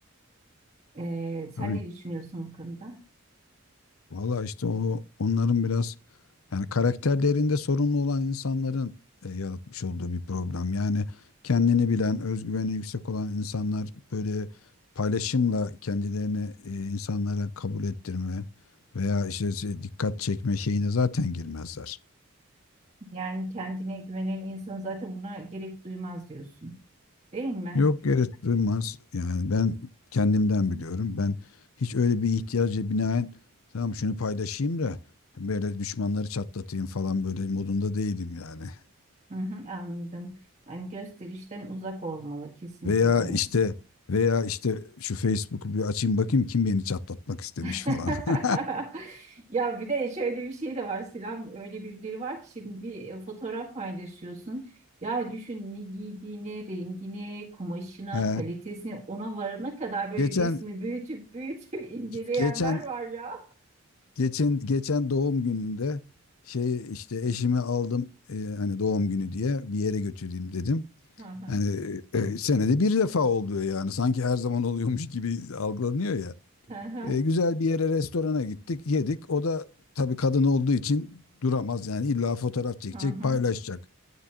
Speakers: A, on the right; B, on the left.
A: Ee, sen
B: Tabii
A: ne düşünüyorsun bu konuda?
B: Valla işte o onların biraz yani karakterlerinde sorunlu olan insanların e, yaratmış olduğu bir problem. Yani kendini bilen, özgüveni yüksek olan insanlar böyle paylaşımla kendilerini e, insanlara kabul ettirme veya işte şey- dikkat çekme şeyine zaten girmezler.
A: Yani kendine güvenen insan zaten buna gerek duymaz diyorsun, değil mi?
B: Yok yere Girmez. Yani ben kendimden biliyorum. Ben hiç öyle bir ihtiyaca binaen tamam şunu paylaşayım da böyle düşmanları çatlatayım falan böyle modunda değilim yani.
A: Hı hı, anladım. Yani gösterişten uzak olmalı kesinlikle
B: Veya
A: bir insan.
B: işte veya işte şu Facebook'u bir açayım bakayım kim beni çatlatmak istemiş
A: <laughs>
B: falan. <laughs>
A: Ya bir de şöyle bir şey de var Selam. Öyle birileri var ki şimdi bir e, fotoğraf paylaşıyorsun. Ya düşün ne giydiğine, rengine, kumaşına,
B: He.
A: kalitesine ona varana kadar böyle
B: Geçen
A: resmi büyütüp büyütüp <laughs> inceleyenler
B: geçen
A: var ya.
B: geçen geçen doğum gününde şey işte eşimi aldım e, hani doğum günü diye bir yere götüreyim dedim.
A: Hı hı,
B: Hani e, e, senede bir defa oluyor yani sanki her zaman oluyormuş gibi algılanıyor ya.
A: hı hı,
B: E, güzel bir yere restorana gittik yedik. O da tabii kadın olduğu için duramaz yani illa fotoğraf çekecek
A: hı hı,
B: paylaşacak.